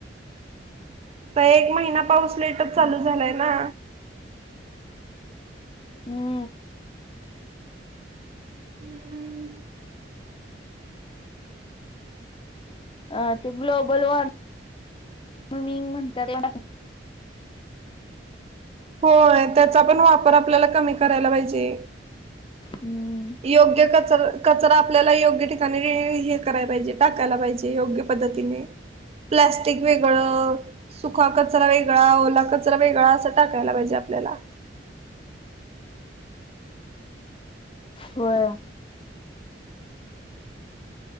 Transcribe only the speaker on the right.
तर एक महिना पाऊस लेटच चालू झालाय ना.
<unintelligible>
होय, त्याचा पण वापर आपल्याला कमी करायला पाहिजे.
योग्य कचर कचरा आपल्याला योग्य ठिकाणी हे करायला पाहिजे टाकायला पाहिजे योग्य पद्धतीने प्लॅस्टिक वेगळ सुखा कचरा वेगळा ओला कचरा वेगळा अस टाकायला पाहिजे आपल्याला.